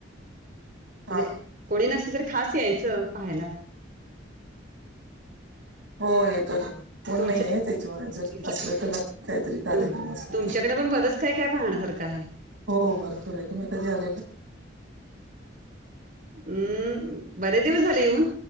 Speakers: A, on the right (about 80°); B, on the right (about 45°).
A: हा
B: म्हणजे कोणी नसलं तर खास यायचं पाहायला
A: हो येतो कोण
B: तुमच्या
A: नाही आहे त्याच्यामुळे जर
B: तुमच्या
A: असलं तर नक्की काहीतरी कार्यक्रम
B: तुम
A: असला
B: तुमच्याकडे
A: तर
B: पण बरंच काय काय पाहण्यासारखं आहे
A: हो भरपूर आहे तुम्ही कधी आलेला
B: हम्म बरेच दिवस झाले येऊन